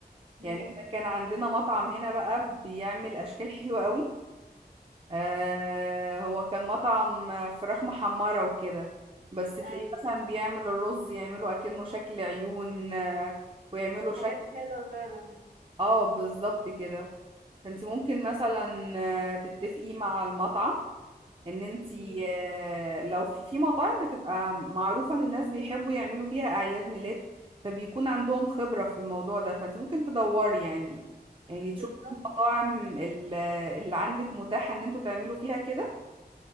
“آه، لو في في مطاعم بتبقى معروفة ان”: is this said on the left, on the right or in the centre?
Right